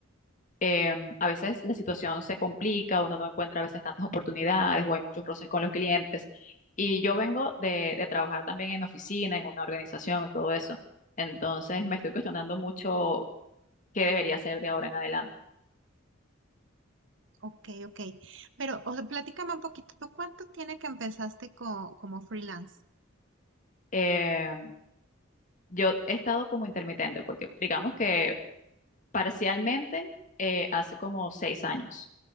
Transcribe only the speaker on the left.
eh, a veces la situación se complica, uno no encuentra a veces tantas oportunidades o hay muchos roces con los clientes. Y yo vengo de, de trabajar también en oficina, en una organización, en todo eso. Entonces me estoy cuestionando mucho qué debería hacer de ahora en adelante.
Eh, yo he estado como intermitente porque digamos que parcialmente eh, hace como seis años,